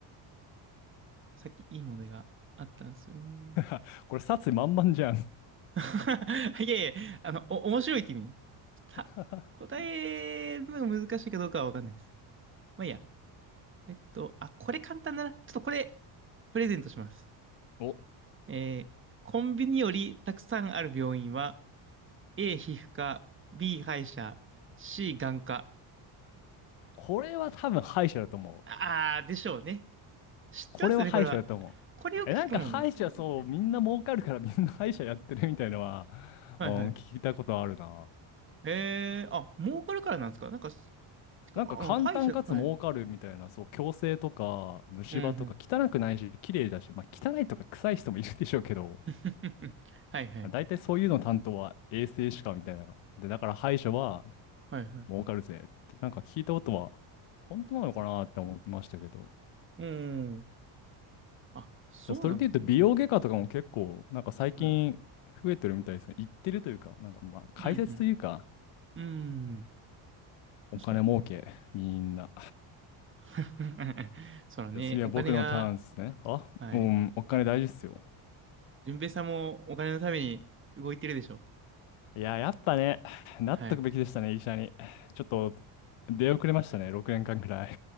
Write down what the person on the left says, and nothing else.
<laughs> これ殺意満々じゃん。
<laughs>
お、
これは多分敗者だと思う。
これは歯医者だと思う。
え、なんか歯医者そう、
みんな儲かるからみんな歯医者やってるみたいなのは、
うん、聞いたことあるな。
なんか簡単かつ儲かるみたいな、
そう、矯正とか虫歯とか汚くないし、
綺麗だし、まあ汚いとか臭い人もいるでしょうけど、
大体そういうの担当は衛生士かみたいな。で、だから歯医者は
儲かるぜって、なんか聞いたことは、本当なのかなって思ってましたけど。
でもそれで言うと美容外科とかも結構なんか最近増えてるみたいですね。
行ってるというか、なんかまあ解説というか、
お金儲け、
みんな。
じゃあ次は僕のターンですね。
あ、
うん、お金大事っすよ。
いや、やっぱね、なっとくべきでしたね、
医者に。ちょっと出遅れましたね、6年間くらい。